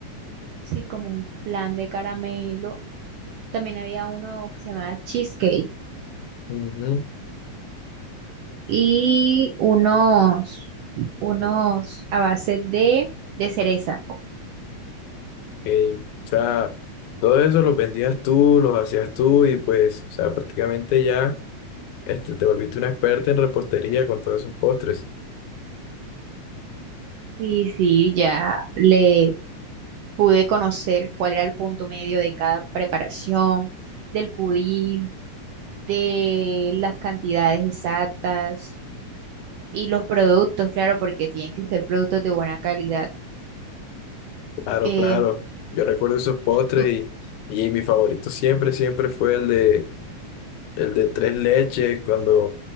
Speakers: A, on the right; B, on the left.
A: sí, como un flan de caramelo. También había uno que se llamaba cheesecake
B: Ujú,
A: y unos, unos a base de, de cereza.
B: ok. O sea, todo eso los vendías tú, los hacías tú y pues, o sea, prácticamente ya. Este, te volviste una experta en repostería con todos esos postres.
A: Sí, sí, ya le pude conocer cuál era el punto medio de cada preparación, del pudín, de las cantidades exactas. Y los productos, claro, porque tienen que ser productos de buena calidad.
B: Claro,
A: Em,
B: claro. Yo recuerdo esos postres
A: tú-
B: y, y mi favorito siempre, siempre fue el de, el de tres leches, cuando,